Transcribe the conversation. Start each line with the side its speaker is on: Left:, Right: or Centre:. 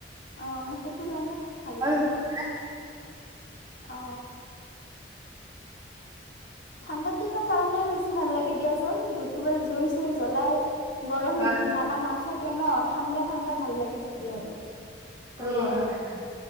Left: অ সেইটো কাৰণে ভাল লাগে
Right: <unintelligible>
Left: অ ঠাণ্ডাৰ দিনৰ কাৰণে বেছি ভাল লাগে দিয়াচোন, একেবাৰে জুই চুই জ্বলাই। গৰম
Right: হয়
Left: না না নাথাকে ন, ঠাণ্ডাই ঠাণ্ডা ভাল লাগে তেতিয়া আৰু। কৰি
Right: অঁ হয় হয়